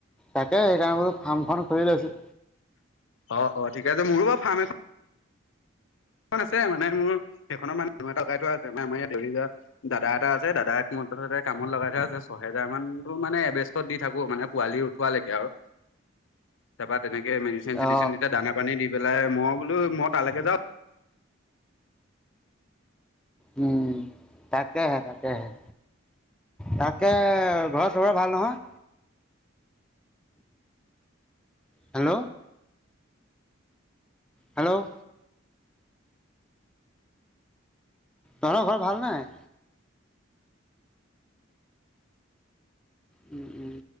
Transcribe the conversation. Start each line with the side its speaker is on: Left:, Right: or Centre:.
Centre: তাকে সেইকাৰণে বোলো ফাৰ্মখন খুলি লৈছো।
Left: অ', অ', ঠিক আছে মোৰো বাৰু ফাৰ্ম এখন সেইখন আছে মানে মোৰ, সেইখনৰ মানে এটা গাই থোৱা আছে মানে আমাৰ ইয়াত দেউৰী <unintelligible> দাদা এটা আছে দাদাক মক ততে কামত লগাই থোৱা আছে ছহেজাৰ মানতো মানে এভেষ্টত দি থাকো মানে পোৱালি উঠোৱালেকে আৰু। তাৰাপা তেনেকে মেডিচিন চেডিচিন
Centre: অ
Left: তেতিয়া দানা পানী দি পেলাই মই বোলো মই তালেকে যাওঁ
Centre: উম, তাকেহে, তাকেহে। তাকে ঘৰৰ চবৰে ভাল নহয়? হেল্ল'। হেল্ল' তহঁতৰ ঘৰ ভাল নাই? উম, উম।